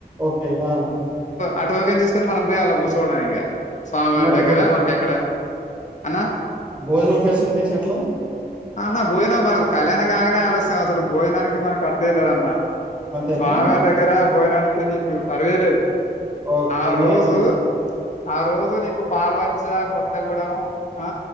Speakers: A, on the right; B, on the left.
A: ఓకే ఆ
B: అ టోకెన్ తీసుకొని మనం పోయి అలా కూర్చోవడం ఇగ స్వామివారి
A: మరి
B: దగ్గర
A: బొ
B: మనకి ఎక్కడ అన్నా
A: భోజనం ఫెసిలిటీస్ ఎట్లా
B: అన్న మనకు భోజనం కళ్యాణం గగానే అలాస్యం అసలు భోజనానికి మనకి అద్దే లేదన్నా
A: అంతేనా?
B: బాగా దగ్గర బోజనానికి నీకు కరువే లేదు
A: ఓకే.
B: ఆ
A: మరి
B: రోజు
A: అక్కడ
B: ఆ రోజుకు ఇప్పుడు పాల్వంచ కొత్తగూడం ఆ